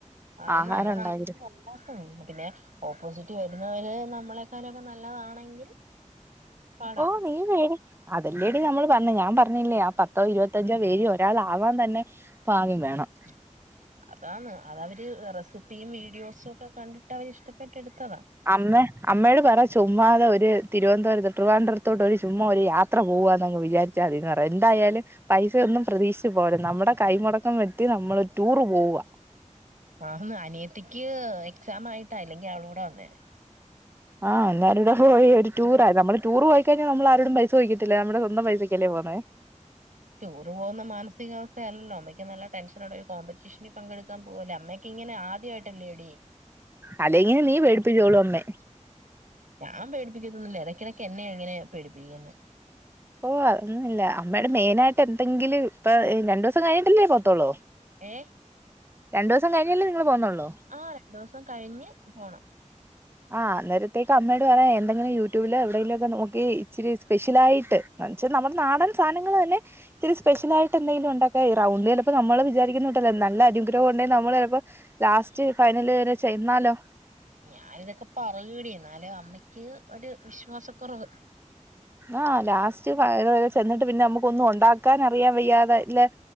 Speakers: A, on the right; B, on the right.
A: ആന്ന്
B: ആഹാരം
A: അമ്മ
B: ഉണ്ടായത്
A: നന്നായിട്ട് പിന്നെ ഓപ്പോസിറ്റ് വരുന്നവര് നമ്മളെക്കാളിലുക്കെ നല്ലതാണെങ്കിൽ- പാടാ
B: ഓഹ് നീ വേടി - അതെല്ലേടി നമ്മള് പറഞ്ഞെ ഞാൻ പറഞ്ഞില്ലേ ആ പത്തോ ഇരുപ്പത്തി യഞ്ചോ പേരിൽ ഒരാൾ ആവൻ തന്നെ ഭാഗ്യം
A: ആ <unintelligible>
B: വേണം
A: അതാണ് അതവര് റെസിപ്പിയും വീഡിയോസും ഒക്കെ കണ്ടിട്ട് അവര് ഇഷ്ടപ്പെട്ടെടുത്തതാ
B: അമ്മേ അമ്മയോട് പറ ചുമ്മാതെ അവര് തിരുവനന്തപുരത്ത് ട്രിവാൻഡ്രത്തോട്ട് ഒരു ചുമ്മാ ഒരു യാത്ര- ത്ര പോവാന്നങ്ങ് വിചാരിച്ച മതിന്ന് പറയാ എന്തായാലും പൈസ ഒന്നും പ്രതീക്ഷിച്ച് പോകരുത് നമ്മുടെ കൈമുടക്കം വെട്ടി നമ്മൾ ടൂറ് പോവ
A: ആന്ന് അനിയത്തിക്ക് എക്സാം ആയിട്ട അല്ലെങ്കിൽ അവളും കൂടെ വന്നേന്
B: ആഹ് എല്ലാരുടെ പോയി ഒരു ടൂറാ നമ്മള് ടൂർ പോയി കഴിഞ്ഞാൽ നമ്മള് ആരോടും പൈ സ ചോദിക്കത്തില്ല നമ്മുടെ സ്വന്തം പൈസക്കല്ലേ പോന്നേ
A: ടൂറ് പോകുന്ന മാനസികാവസ്ഥയല്ലല്ലോ അമ്മയ്ക്ക് നല്ല ടെൻഷൻ ഉണ്ട് ഒരു കോമ്പറ്റീഷൻ ഞ്ഞി പങ്കെടുക്കാൻ പോവല്ലേ അമ്മയെ കെ ഇങ്ങനെ ആദ്യയിട്ടല്ലേ ടീ
B: അല്ലെങ്ങിലും നീ പേടിപ്പിച്ചോളും അമ്മെ
A: ഞാൻ പേടിപ്പിക്കത്തൊന്നില്ല ഇടക്കിടക്ക് എന്നെ ഇങ്ങനെ പേടിപ്പിക്കുന്നെ
B: ഓ അതൊന്നുംല്ല അമ്മയുടെ മെയിന ആയിട്ട് എന്തെങ്കിലും ഇപ്പൊ രണ്ടു ദിവസം കഴിഞ്ഞിട്ടില്ലേ പോത്തോളോ
A: ഏ
B: രണ്ടൂസം കയിഞ്ഞല്ലേ നിങ്ങൾ പോവുന്നൊള്ളു
A: ആ രണ്ടൂസം കഴിഞ്ഞ് പോണം
B: ആഹ് അന്നേരത്തേക്ക് അമ്മയോട് പറ എന്തെങ്കിലും യൂട്യൂബിലോ എവിടേലൊക്കെ നോക്കി ഇച്ചിരി സ്പെഷ്യലായിട്ട് എന്ന് വെച്ചാൽ നമ്മുടെ നാടൻ സാനങ്ങൾ തന്നെ ഇച്ചിരി സ്പെഷ്യലായി ട്ട് എന്തെങ്കിലും ഉണ്ടാക്കാ ഈ റൗണ്ട് ചെലപ്പോ നമ്മൾ വിചാരിക്കുന്ന കൂട്ടല്ല നല്ല അനുഗ്രഹം ഉണ്ടേ നമ്മള് ചെലപ്പോ ലാസ് സ്റ്റ് ഫൈനൽ വരെ ചെയ്യന്നാലോ
A: ഞാനിതൊക്കെ പറയുവടി എന്നാലും അമ്മയ്ക്ക് ഒരു വിശ്വാസക്കുറവ്
B: ആഹ് ലാസ്റ്റ് വരെ ചെന്നിട്ട് പിന്നെ നമ്മുക്ക് ഒന്നും ഉണ്ടാക്കാൻ അറിയാൻ വയ്യാതെ ല്ലേ